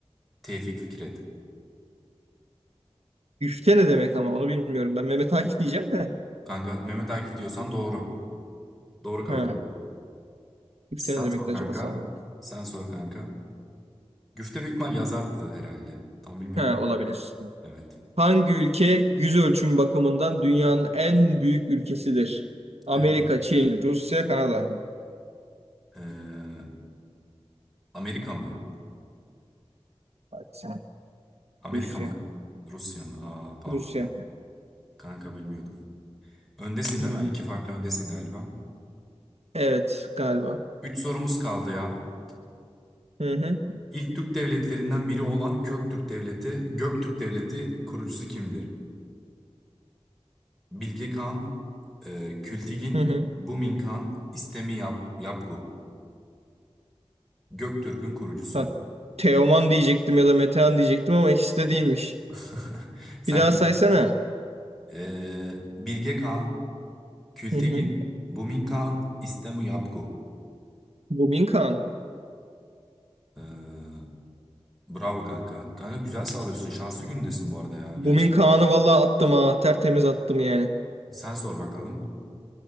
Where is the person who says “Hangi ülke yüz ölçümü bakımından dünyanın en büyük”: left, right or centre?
Right